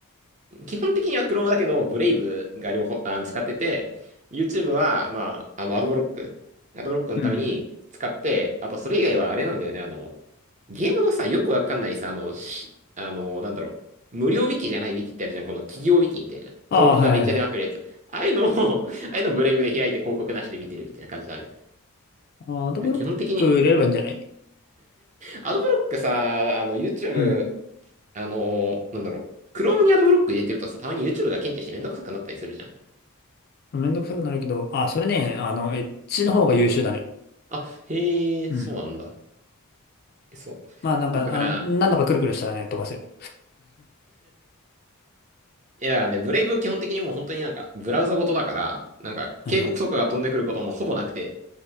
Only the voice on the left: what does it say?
うん。
ああ、
はいはいはい。
あアドブロック入れればいいんじゃない
うん。
めんどくさくなるけど、あ、それね、あの、エッ g の方が優秀だね。
うん。
まあ、なんか、
あ、何度かくるくるしたらね、飛ばせる。
<laughs>
そう。